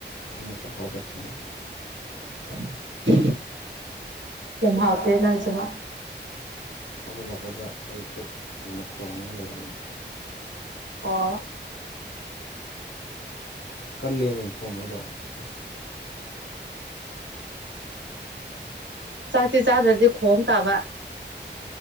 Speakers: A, on the left; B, on the right.
A: ꯑꯃꯨꯛꯀ ꯍꯧꯒꯠꯄꯅꯦ
B: <inaudible> ꯌꯥꯝ ꯍꯥꯎꯇ‌ꯦ ꯅꯪꯁꯤꯃ
A: ꯍꯧꯒꯠꯂꯛꯄꯗ ꯑꯩ ꯄꯨꯛ ꯑꯣꯏꯅ ꯈꯣꯡꯉꯒ ꯂꯩꯔꯝꯃꯦ
B: ꯑꯣ
A: ꯀꯜꯂꯦꯅ‌ꯦ ꯈꯣꯡꯕꯗ‌ꯣ ꯑꯁ
B: ꯆꯥꯛꯇꯤ ꯆꯥꯗ꯭ꯔꯗꯤ ꯈꯣꯡ ꯇꯥꯕ